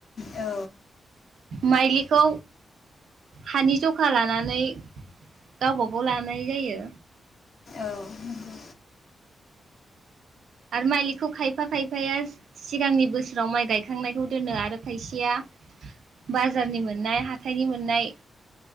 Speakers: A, on the left (about 60°); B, on the right (about 80°).
A: औ
B: माइलिखौ हानि जखा लानानै गावबाागाव लानाय जायो।
A: औ नंगौ
B: आरो मालिखौ खायफा खायफाया सिगांनि बोसोराव माइ गायखांनायखौ दोनो आरो खायसेया बाजारनि मोननाय हाथाइनि मोननाय